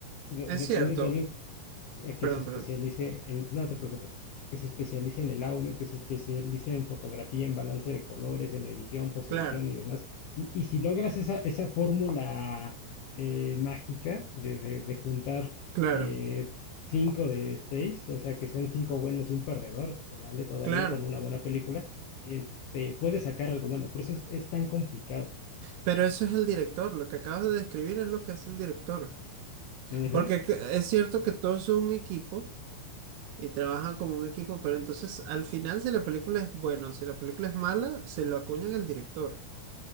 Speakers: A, on the left; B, on the right.
A: de-
B: Es
A: dependes
B: cierto.
A: de alguien eh, que
B: Perdón,
A: se especialice
B: perdón.
A: en, no te preocupes, que se especialice en el audio, que se especialice en fotografía, en balance de colores, en edición, posedición
B: Claro,
A: y demás. Y, y si logras esa, esa fórmula eh, mágica de, de, de juntar
B: claro,
A: eh, cinco de seis, o sea, que sean cinco buenos y un perdedor, se vale todavía,
B: claro.
A: sale una buena película, este, puedes sacar algo bueno, por eso es, es tan complicado.
B: Pero eso es el director. Lo que acabas de describir es lo que hace el director.
A: Ujú.
B: Porque que- es cierto que todos son un equipo y trabajan como un equipo, pero entonces al final si la película es buena o si la película es mala, se lo acuñan al director.